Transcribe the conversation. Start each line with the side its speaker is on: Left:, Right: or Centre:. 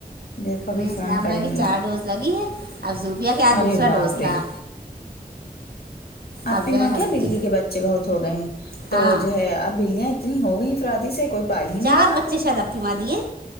Left: دیکھو ابھی
Right: نہیں اسلام
Left: فون کریں
Right: بھائی کے
Left: گے
Right: چار ڈز لگی ہے اب زوبیا کے آج
Left: ارے
Right: دوسرا
Left: باپ
Right: ڈوز تھا
Left: رے ابی
Right: اب جو
Left: واں
Right: ہے ہم
Left: کیا بلی
Right: تی
Left: کے بچے بہت ہو گئے ہیں تو
Right: ہاں
Left: جو ہے اب بلیاں اتنی ہوگئی افرادی سے کوئی پال ہی نہیں
Right: چار
Left: رہا
Right: بچے شاید اپنی ماں دیے